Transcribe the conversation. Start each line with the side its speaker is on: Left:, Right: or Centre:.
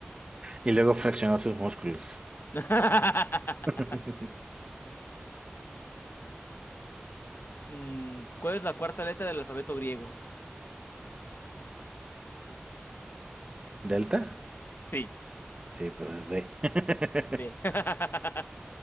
Right: Y luego flexionó sus músculos.
Left: <laughs>
Right: <laughs>
Left: Mm, ¿Cuál es la cuarta letra del alfabeto griego?
Right: ¿Delta?
Left: Sí.
Right: Sí, pues es D. <laughs>
Left: D. <laughs>